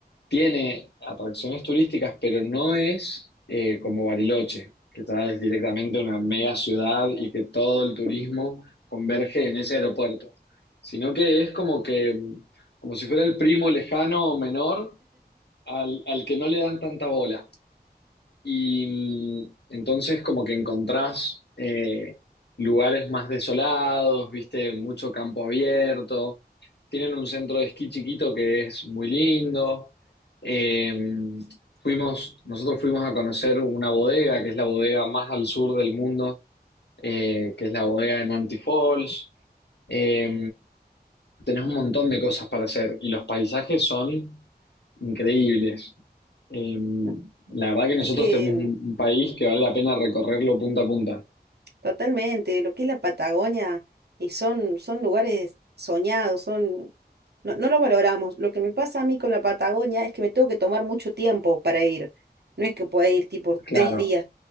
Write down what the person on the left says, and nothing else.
tiene atracciones turísticas, pero no es eh, como Bariloche, que está- es directamente una mega ciudad y que todo el turismo converge en ese aeropuerto, sino que es como que, como si fuera el primo lejano o menor al al que no le dan tanta bola. Y mm, entonces como que encontrás eh, lugares más desolados, viste, mucho campo abierto. Tienen un centro de esquí chiquito que es muy lindo. Eh, fuimos, nosotros fuimos a conocer una bodega, que es la bodega más al sur del mundo, eh, que es la bodega de Nanty Falls. Eh, tenés un montón de cosas para hacer y los paisajes son increíbles. Eh,
la verdad que nosotros
tenemos un, un país que vale la pena recorrerlo punta a punta.
Claro,